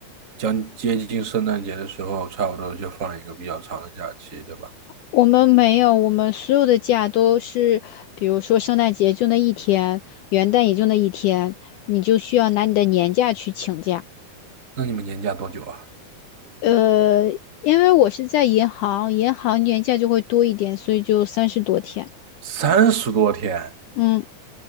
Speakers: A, on the right (about 50°); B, on the left (about 80°).
A: 将接近圣诞节的时候，差不多就放一个比较长的假期，对吧？
B: 我们没有，我们所有的假都是，比如说圣诞节就那一天，元旦也就那一天，你就需要拿你的年假去请假。
A: 那你们年假多久啊？
B: 呃，因为我是在银行，银行年假就会多一点，所以就三十多天。
A: 三十多天，
B: 嗯，